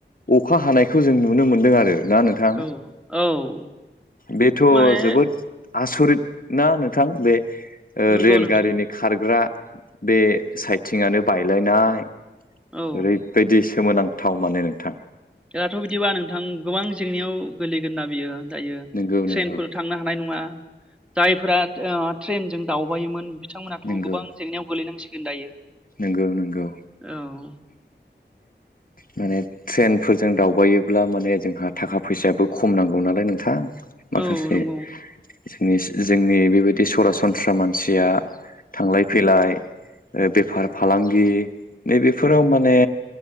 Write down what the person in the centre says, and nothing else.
औ औ
माने
नंगौ
नोंथां
औ
दाथ' बिदिबा नोंथां गोबां जेंनायाव गोगलैगोन बियो जायो
ट्रेनफोर थांनो हानाय नंङा जायफोरा ट्रेनजों दावबायोमोन बिथांमोनाथ'
गोबां जेंनायाव गोलैनांसिगोन दायो
औ <inaudible>
औ नंगौ